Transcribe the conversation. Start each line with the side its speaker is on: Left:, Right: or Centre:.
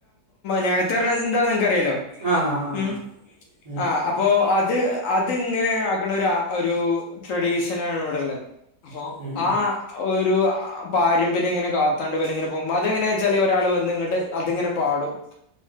Left: ന്യായത്ത്ന്നർഞ്ഞ എന്താനെക്കറിയാല്ലോ
Right: ആ ആ ആ
Left: ഉം
Right: ഉം
Left: ആഹ് അ അപ്പോ അത് അതിങ്ങനെ ആക്കണ ഒരു ട്രഡീഷനാണ് ഇവിടോളെ അപ്പൊ
Right: ഉം
Left: ആ
Right: ഉം
Left: ഒരു പാരമ്പര്യം ഇങ്ങനെ കാത്താണ്ട് വെല്ങ്ങനെ <unintelligible> വെച്ചാല് ഒരാൾ വന്ന്‌ ഇങ്ങട് അതിങ്ങനെ പാടും.